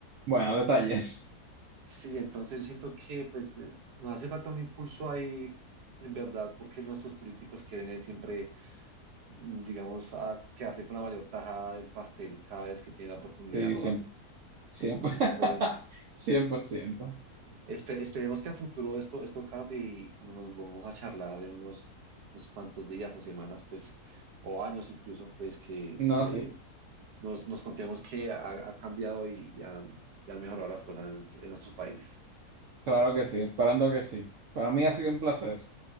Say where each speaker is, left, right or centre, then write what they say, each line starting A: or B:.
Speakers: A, on the right; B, on the right.
A: bueno, detalles.
B: Sí, entonces yo siento que pues eh, nos hace falta un impulso ahí, en verdad, porque nuestros políticos quieren es siempre, mm, digamos, a quedarse con la mayor tajada del pastel cada vez que tienen la oportunidad
A: Sí,
B: de robar.
A: siempre, siempre,
B: Entonces,
A: <laughs>
B: pues
A: 100%.
B: espe- esperemos que a futuro esto, esto cambie y cuando nos vamos a charlar en unos, unos cuantos días o semanas, pues, o años incluso, pues que,
A: No,
B: que
A: sí,
B: nos, nos contemos que ha, ha cambiado y, y han, y han mejorado las cosas en en nuestros países.
A: claro que sí, esperando que sí. Para mí ha sido un placer.